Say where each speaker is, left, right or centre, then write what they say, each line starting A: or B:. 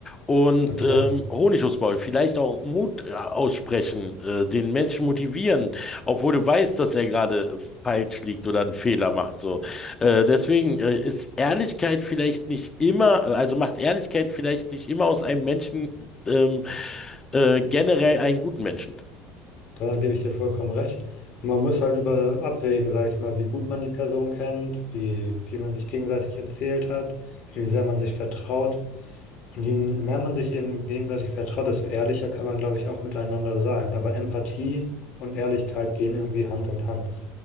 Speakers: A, on the left; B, on the left.
A: und
B: Na klar.
A: ähm, Honig ums Maul, vielleicht auch Mut äh, aussprechen, äh, den Menschen motivieren, obwohl du weißt, dass er gerade falsch liegt oder einen Fehler macht. So. Äh, deswegen äh, ist Ehrlichkeit vielleicht nicht immer, äh, also macht Ehrlichkeit vielleicht nicht immer aus einem Menschen ähm, äh, generell einen guten Menschen.
B: Da gebe ich dir vollkommen recht. Und man muss halt über abwägen, sage ich mal, wie gut man die Person kennt, wie viel man sich gegenseitig erzählt hat, wie sehr man sich vertraut. Und je mehr man sich eben gegenseitig vertraut, desto ehrlicher kann man, glaube ich, auch miteinander sein. Aber Empathie und Ehrlichkeit gehen irgendwie Hand in Hand.